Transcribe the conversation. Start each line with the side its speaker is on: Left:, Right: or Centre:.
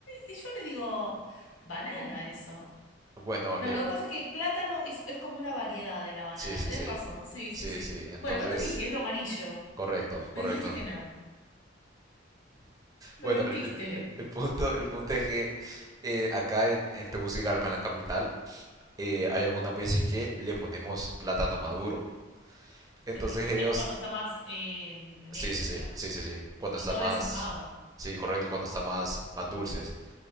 Left: Y y yo le digo banana a eso.
Right: Bueno,
Left: No,
Right: eh,
Left: lo que pasa es que plátano es, es como una variedad de la banana.
Right: Sí, sí,
Left: Tenés
Right: sí.
Left: razón, sí,
Right: Sí,
Left: sí, sí.
Right: sí. Entonces,
Left: Bueno, pero te dije, es lo amarillo.
Right: correcto,
Left: Me
Right: correcto.
Left: dijiste que no. Me
Right: Bueno,
Left: mentiste.
Right: el, el- el- el punto, el punto es que eh, acá en, en Tegucigalpa, en la capital, eh, hay algunas veces que le ponemos plátano maduro. Entonces
Left: Sí,
Right: ellos,
Left: es cuando está más eh, negro,
Right: sí, sí, sí,
Left: digamos.
Right: sí, sí, sí. Cuando
Left: Y
Right: está
Left: todo
Right: más,
Left: desarmado.
Right: sí, correcto, cuando está más, más dulces,